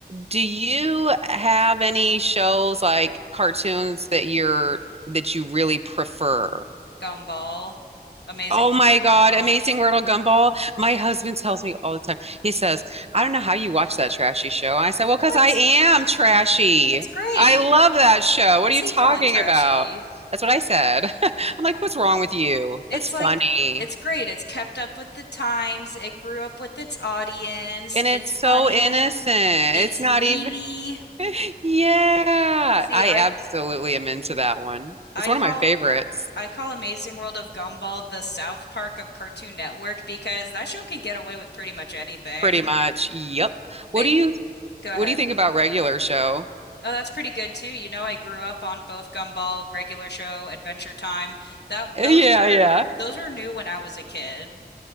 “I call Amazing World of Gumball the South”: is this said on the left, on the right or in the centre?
Left